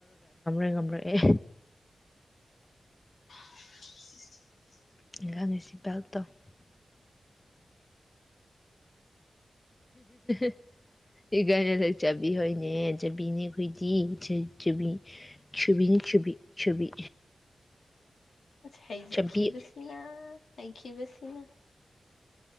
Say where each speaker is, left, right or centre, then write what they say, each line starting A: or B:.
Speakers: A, on the left (about 30°); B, on the left (about 80°).
A: ꯉꯝꯕ꯭ꯔ ꯑꯦ
B: <inaudible>
A: <unintelligible> <inaudible> ꯏꯀꯥꯏꯅ ꯂꯩꯖꯕꯤ ꯍꯣꯏꯅꯦ ꯖꯕꯤꯅꯦꯈꯣꯏꯗꯤ <unintelligible> ꯆꯨꯕꯤ ꯆꯨꯕꯤꯅꯤ ꯆꯨꯕꯤ ꯆꯨꯕꯤ
B: ꯍꯩꯖꯈꯤꯕꯕꯁꯤꯅ
A: ꯆꯕꯤ
B: ꯂꯩꯈꯤꯕꯁꯤꯅ